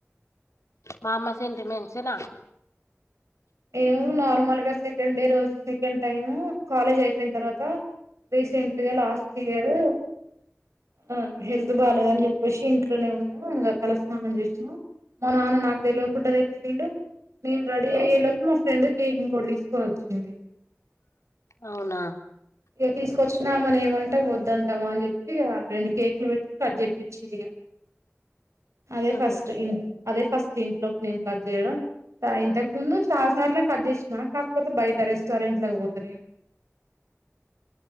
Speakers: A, on the left; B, on the right.
A: మామ్మా సెంటిమెంట్స్ నా
B: నేను నార్మల్ గా సెకండ్ డే రోజు సెకండ్ టైమ్ కాలేజ్ అయిపోయింది తర్వాత రీసెంట్ గా లాస్ట్ ఇయర్ ఆ హెల్త్ బాగాలేద అని చెప్పేసి, ఇంట్లోనే ఉన్నా. ఇంకా తలస్నానం చేసిన. మా నాన్న నాకు తెలియవకుండా తెచ్చిపెట్టి. నేన్ రెడి అయ్యేలోపు మా ఫ్రెండ్ కి ఇంకోటి తీసుకొని వచ్చింది
A: అవునా
B: ఇ తీసుకొచ్చిన మనం మంటా వద్దంటామా అని చెప్పి రెండు కేక్లు పెట్టి కట్ చేప్పచ్చిదిక అదే
A: ఉహు
B: ఫస్ట్ ఇన్ అదే ఫస్ట్ ఇంట్లోకి నేను కట్ చేయడం ఇంతకు ముందు చాలా సార్లు కట్ చేసినాను కాకపోతే బయట రెస్టారెంట్ పోత నేను